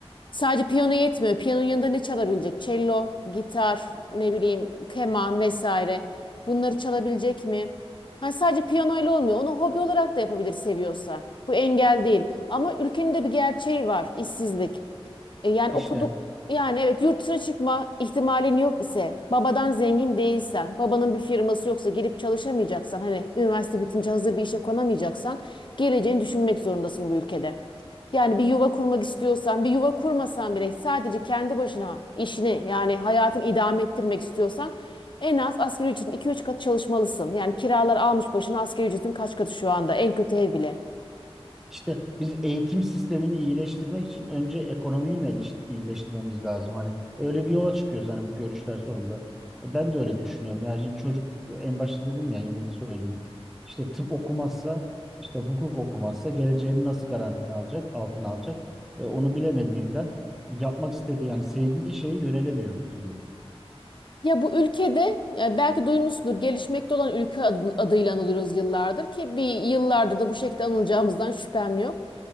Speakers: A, on the left; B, in the centre.
A: Sadece piyano yetmiyor. Piyanonun yanında ne çalabilecek? Cello, gitar, ne bileyim, keman vesaire. Bunları çalabilecek mi? Hani sadece piyanoyla olmuyor. Onu hobi olarak da yapabilir seviyorsa. Bu engel değil. Ama ülkenin de bir gerçeği var. işsizlik. E, yani
B: işte.
A: okuduk yani evet yurt dışına çıkma ihtimalin yok ise babadan zengin değilsen babanın bir firması yoksa gelip çalışamayacaksan hani üniversite bitince hazır bir işe konamayacaksan geleceğini düşünmek zorundasın bu ülkede. Yani bir yuva kurmak istiyorsan bir yuva kurmasan bile sadece kendi başına işini yani hayatını idame ettirmek istiyorsan en az asgari ücretin 2-3 katı çalışmalısın. Yani kiralar almış başına asgari ücretin kaç katı şu anda en kötü ev bile.
B: İşte biz eğitim sistemini iyileştirmek için önce ekonomiyi mi eliş- iyileştirmemiz lazım? Hani öyle bir yola çıkıyoruz hani bu görüşler sonunda. E, Ben de öyle düşünüyorum. Yani şimdi çocuk en başta dedim ya yine söyleyeyim. İşte tıp okumazsa, işte hukuk okumazsa geleceğini nasıl garantine alacak, altına alacak? E, onu bilemediğinden yapmak istediği yani sevdiği şeye yönelemiyor bir türlü.
A: Ya bu ülkede ya belki duymuşsundur gelişmekte olan ülke adı- adıyla anılıyoruz yıllardır ki bir yıllardır da bu şekilde anılacağımızdan şüphem yok.